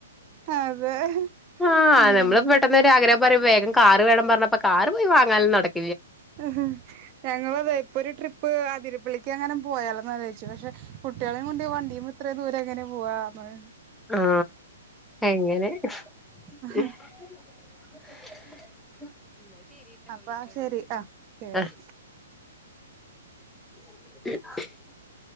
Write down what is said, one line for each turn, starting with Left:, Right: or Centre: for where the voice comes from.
Right: അതെ
Centre: ആ
Right: ഉം
Centre: നമ്മ പെട്ടന്ന് ഒരു ആഗ്ര ന്താ പറയും വേഗം കാറ് വേണം പറഞ്ഞപ്പ കാർ പോയി വാങ്ങാൽ നടക്കു
Right: ങ്ങ് ഹ് ഞങ്ങളതാ ഇപ്പൊ ഒരു ട്രിപ്പ് അതി പുളിക്ക് അങ്ങനെ പോയാലോന്ന് ആലോജിച്ചു പക്ഷെ കുട്ടികളെയും കൊണ്ട് വണ്ടിയമേ ഇത്രയും ദൂരം എങ്ങനെ പോവാന്ന്
Centre: ആ എങ്ങനെ?
Right: ആഹ്
Centre: <unintelligible> <unintelligible>
Right: അപ്പ ശരി ആ ശരി
Centre: ആ <unintelligible>